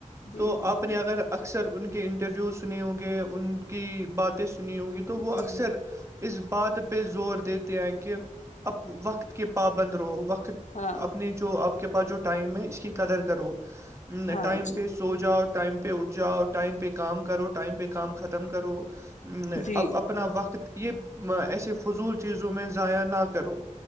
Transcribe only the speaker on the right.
تو
آپ نے اگر اکثر ان کے انٹرویو سنے ہوں گے ان کی باتیں سنی ہوںگی تو وہ
اکثر اس بات پہ زور دیتے ہیں کہ اب وقت کے پابند رہو وقت
اپنے جو آپ کے پاس جو ٹائم ہے اس کی قدر کرو
ٹائم
پہ سو جاؤ ٹائم پہ اٹھ جاؤ ٹائم پہ کام کرو ٹائم پہ کام ختم کرو
اب اپنا وقت یہ ایسے فضول چیزوں میں ضائع نہ کرو